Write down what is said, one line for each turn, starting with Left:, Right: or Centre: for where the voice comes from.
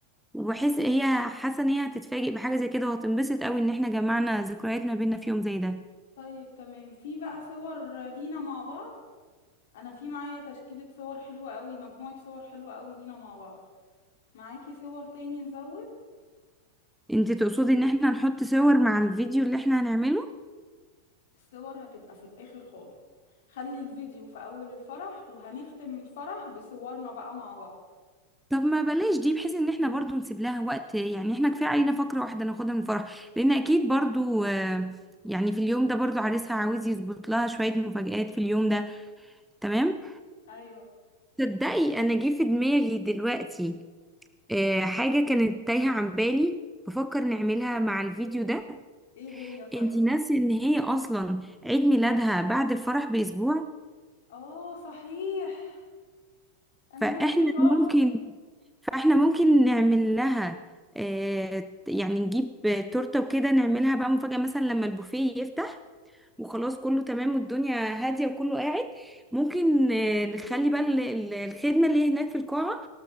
Centre: وبحس هي حاسه ان هي هتتفاجئ بحاجه زي كده وهتنبسط قوي ان احنا جمعنا ذكريات ما بينا في يوم زي ده
Left: طيب تمام في بقى صور لينا مع بعض أنا في معايا تشكيلة صور حلوة قوي مجموعة صور حلوة قوي لينا مع بعض معاكي صور تاني نزود
Centre: انت تقصدي ان احنا نحط صور مع الفيديو اللي احنا هنعمله
Left: الصور هتبقى في الآخر خالص خلي الفيديو في أول الفرح وهنختم الفرح بصورنا بقى مع بعض
Centre: طب ما بلاش دي بحيث ان احنا برضو نسيب لها وقت يعني احنا كفايه علينا فقره واحده ناخدها من الفرح لان اكيد برضو آه، يعني في اليوم ده برضو عريسها عاوز يظبط لها شويه مفاجآت في اليوم ده تمام
Left: أيوة
Centre: تصدقي انا جه في دماغي دلوقتي آه، حاجه كانت تايهه عن بالي بفكر نعملها مع الفيديو
Left: ايه هي
Centre: ده
Left: إيه هي طيب
Centre: انتي ناسي ان هي اصلا عيد ميلادها بعد الفرح باسبوع
Left: آه صحيح أنا
Centre: فاحنا
Left: ناسية خالص
Centre: ممكن فاحنا ممكن نعمل لها آه يعني نجيب تورته وكده نعملها بقى مفاجأة مثلا لما البوفيه يفتح وخلاص كله تمام والدنيا هادية وكله قاعد ممكن آه، نخلي بقى ال- ال- الخدمة اللي هناك في القاعة